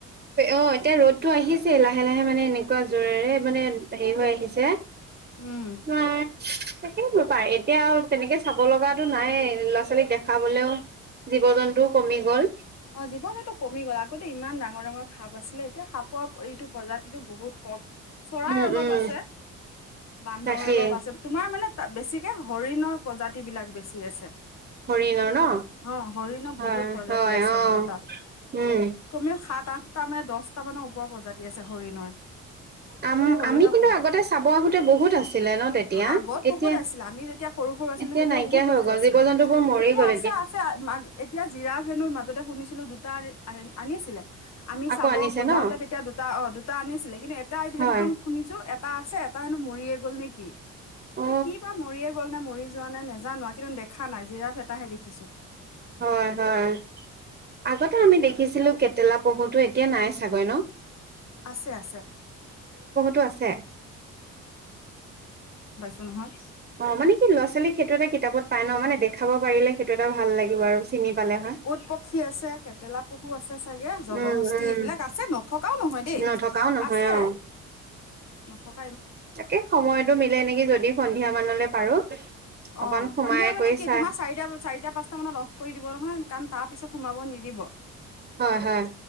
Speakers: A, on the right; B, on the left.
A: অ', এতিয়া ৰ'দটো আহিছেই লাহ লাহে লাহে মানে এনেকুৱা জোৰেৰে, মানে হেৰি হৈ আহিছে।
B: উম
A: ন, তাকে বোলো পাৰি। এতিয়া আৰু তেনেকে চাব লগাটো নায়ে, ল'ৰা-ছোৱালীক দেখাবলেও জীৱ-জন্তুও কমি গ'ল।
B: অ', জীৱ-জন্তু কমি গ'ল, আগতে ইমান ডাঙৰ-ডাঙৰ সাপ আছিলে, এতিয়া সাপৰ এইটো প্ৰজাতিটো বহুত কম। চৰাই
A: উম
B: অলপ
A: উম
B: আছে, বান্দৰ
A: তাকেই
B: অলপ আছিল তোমাৰ মানে তাত বেছিকে হৰিণৰ প্ৰজাতি বিলাক বেছি আছে।
A: হৰিণৰ ন?
B: অ হৰিণৰ
A: হয়,
B: বহুত প্ৰজাতি
A: হয়।
B: আছে
A: অঁ
B: মানে তাত
A: উম।
B: কমেও সাত, আঠটা মানে দহটা মানৰ ওপৰ প্ৰজাতি আছে হৰিণৰ।
A: আম
B: সেই হৰিণৰ
A: আমি কিন্তু
B: প্ৰজ,
A: আগতে চাব আহোতে বহুত আছিলে ন তেতিয়া
B: অঁ, আগত
A: এতিয়া
B: বহুত আছিলে, আমি যেতিয়া সৰু-সৰু আছিলো
A: এতিয়া
B: তেতিয়া
A: নাইকিয়া
B: বহুত
A: হৈ
B: বস্তু
A: গ'ল
B: আছিলে,
A: জীৱ জন্তুবোৰ মৰি
B: এতিয়া
A: গ'ল
B: আছে আছে, মা, এতিয়া জিৰা ফ্ৰেনৰ মাজতে শুনিছিলো দুটা আন আনিছিলে। আমি
A: আকৌ
B: চাব
A: আনিছে ন
B: যাওঁতে তেতিয়া দুটা অঁ', দুটা আনিছ দিলে কিন্তু এপ তাইত সেইদিনাখন
A: হয়
B: শুনিছোঁ টা আছে, এটা হেনো মৰিয়ে গ'ল নে কি।
A: অ
B: তে কি বা মৰিয়ে গ'ল নে মৰি যোৱা নে নেজানো আ কিন্তু দেখা নাই জিৰাফ এটাহে দেখিছো।
A: হয়, হয়, আগতে আমি দেখিছিলো কেটেলা পহুটো এতিয়া নাই চাগৈ ন?
B: আছে, আছে।
A: টো আছে।
B: এ নহয়।
A: অ', মানে কি ল'ৰা-ছোৱালীক সেইটো এটা কিতাপত পাই ন, মানে দেখাব পাৰিলে সেইটো এটা ভাল লাগিব আৰু চিনি পালে হয়
B: উৎপক্ষী আছে কেটেলা পশু আছে চাগে জলহস্তি
A: উম উম
B: এইবিলাক আছে নথকাও নহয় দেই
A: নথকাও নহয়
B: আছে
A: অ
B: নাথক
A: তাকে সময়তো মিলে নেকি যদি সন্ধিয়া মানলে পাৰো
B: অ
A: অকন সোমাই
B: সন্ধিয়া মানে
A: কৰি
B: কি
A: চাই
B: তোমাৰ চাৰিটা চাৰিটা পাঁচটা মানত অফ কৰি দিব নহয় কাৰণ তা পিছত সোমাব নিদিব
A: হয় হয়